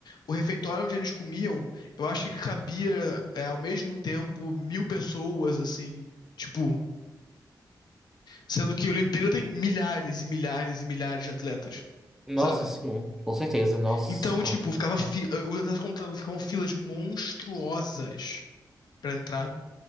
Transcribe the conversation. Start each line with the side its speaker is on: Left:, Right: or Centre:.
Left: O refeitório onde eles comiam, eu acho que cabia, é, ao mesmo tempo, mil pessoas, assim. Tipo, sendo que a Olimpíada tem milhares e milhares e milhares de atletas,
Centre: Nossa,
Left: sabe?
Centre: sim, com certeza. Nossa,
Left: Então, tipo, ficava fila. Os atletas contando, ficavam filas monstruosas. pra entrar,